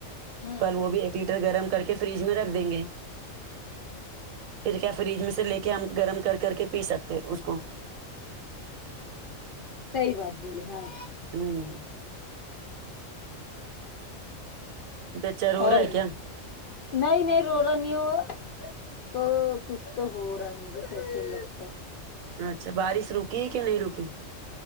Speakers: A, on the left (about 60°); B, on the right (about 80°).
A: ہاں
B: کل وہ بھی ایک لیٹر گرم کر کے فریج میں رکھ دیں گے پھر کیا فریج میں سے لے کے ہم گرم کر کر کے پی سکتے اس کو
A: صحیح بات بولے ہاں
B: ہمم بے چر ہو
A: اور
B: رہا ہے کیا
A: نہیں نہیں رو رہا نہیں وہ اسکو کچھ تو ہو رہا ہے مجھے تو ایسے ہی لگتا ہے
B: اچھا بارش رکی کہ نہیں رکی